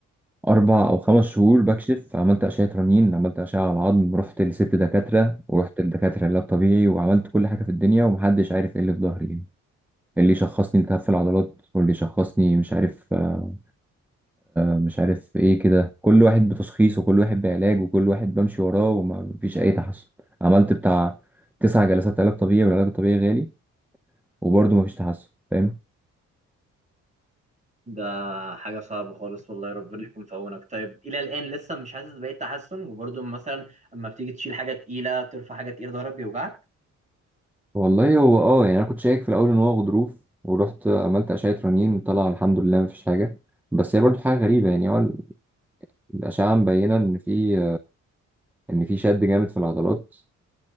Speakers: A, in the centre; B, on the right.
A: أربع أو خمس شهور بكشف عملت أشعة رنين عملت أشعة على العظم رحت لست دكاترة ورحت لدكاترة علاج طبيعي وعملت كل حاجة في الدنيا ومحدش عارف إيه اللي في ظهري يعني اللي شخصني التهاب في العضلات واللي شخصني مش عارف آه، مش عارف إيه كده كل واحد بتشخيص وكل واحد بعلاج وكل واحد بمشي وراه ومفيش أي تحسن عملت بتاع تسع جلسات علاج طبيعي والعلاج الطبيعي غالي وبرضه مفيش تحسن فاهم
B: ده حاجة صعبة خالص والله ربنا يكون في عونك طيب إلى الآن لسه مش حاسس بأي تحسن وبرضه مثلا أما بتيجي تشيل حاجة تقيلة ترفع حاجة تقيلة ظهرك بيوجعك؟
A: والله هو اه يعني انا كنت شايك في الاول ان هو غضروف ورحت عملت اشعه رنين طلع الحمد لله مفيش حاجه بس هي برضو حاجه غريبه يعني هو الاشعه مبينه ان في ان في شد جامد في العضلات